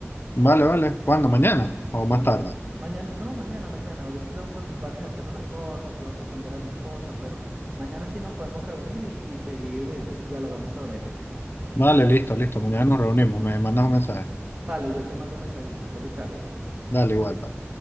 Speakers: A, on the left; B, on the right.
A: Vale, vale. ¿Cuándo? ¿Mañana o
B: Sí,
A: más tarde?
B: mañana, no, mañana, mañana. Ahorita tengo que ocuparme de hacer unas cosas, tengo que atender a mi esposa, pero mañana sí nos podemos reunir y, y seguir dialogando sobre esto.
A: Vale, listo, listo. Mañana nos reunimos. Me mandas un mensaje.
B: Vale, yo te mando un mensajito. Feliz tarde.
A: Dale, igual, pa.